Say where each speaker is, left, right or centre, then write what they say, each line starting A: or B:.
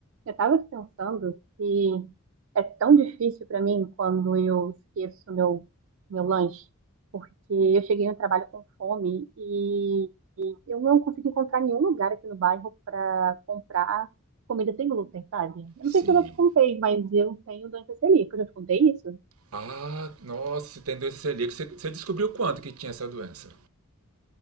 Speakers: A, on the right; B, on the right.
A: Eu estava pensando que é tão difícil para mim quando eu esqueço meu, meu lanche, porque eu cheguei no trabalho com fome e eu não consegui encontrar nenhum lugar aqui no bairro para comprar comida sem glúten, sabe? Eu
B: Sim.
A: não sei se eu já te contei, mas eu tenho doença celíaca. Eu já te contei isso?
B: Ah, nossa, você tem doença celíaca. Você, você descobriu quanto que tinha essa doença?